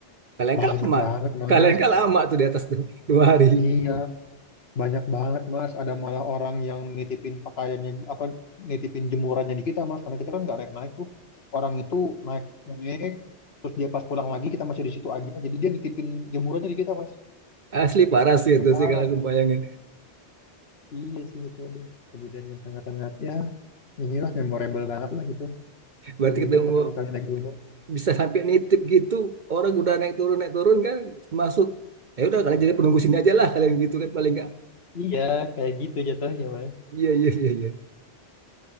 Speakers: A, on the right; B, on the left.
A: Kalian
B: banyak
A: kan lama,
B: banget mas
A: kalian kan lama tuh di atas tuh dua hari.
B: iya banyak banget mas ada malah orang yang nitipin pakaiannya apa nitipin jemurannya di kita mas karena kita kan nggak naik-naik tuh orang itu naik naik terus dia pas pulang lagi kita masih di situ aja jadi dia nitipin jemurannya di kita mas
A: Asli parah sih
B: itu
A: itu
B: parah
A: sih kalau aku
B: sih Mas.
A: bayangin.
B: iya sih itu aduh kejadiannya sangat-sangat ya inilah memorable banget lah gitu
A: Berarti
B: di hidup
A: ketemu
B: pertama kali naik gunung
A: bisa sampai nitip gitu, orang udah naik turun naik turun kan masuk. Ya udah kalian jadi penunggu sini aja lah kalian gitu kan paling nggak.
B: iya kayak gitu jatuhnya mas
A: Iya iya iya iya.